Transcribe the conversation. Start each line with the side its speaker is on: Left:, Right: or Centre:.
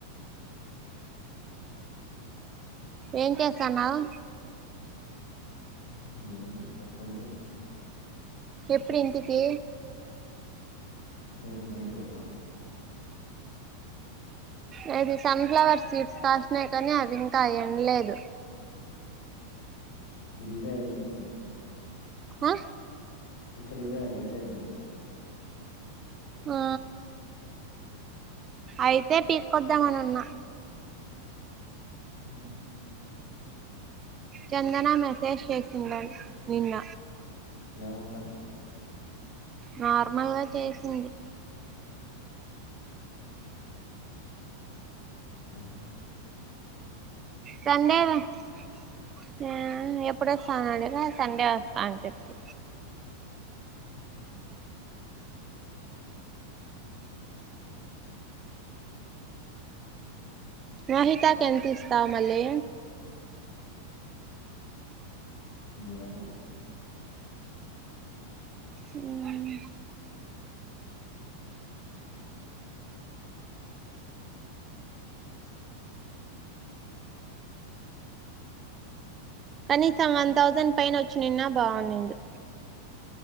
Right: ఏం చేస్తన్నావ్
Left: మ్మ్ ఎంజేస్తా పడుకున్న
Right: ఎపుడింటికి
Left: అంటే రేపు నైట్ పోతవ
Right: ఆ ఇది సన్ఫ్లవర్ సీడ్స్ కాసినయి కానీ అవి ఇంకా ఎండ లేదు
Left: విరిద ఎం చేస్తాన్
Right: హ
Left: ఇక్కడిద ఎండేద్దాం
Right: ఆ అయితే తీస్కోదాం అని అన్న
Left: మ్మ్
Right: చందన మెస్సేజ్ చేసిందన్ నిన్న
Left: ఏముంటా
Right: నార్మల్గా చేసింది
Left: ఉహ్మ్
Right: సండే ఆ ఎప్పుడొస్తవ్ అని అడిగితె సండే ఒస్తత అని చెప్పి
Left: మ్మ్.
Right: మహితాక ఎంత ఇస్తావ్ మలి
Left: ఏమో
Right: ఉమ్ కనీసం వన్ థౌసండ్ పైన వచ్చి నిన్న బాగున్నింది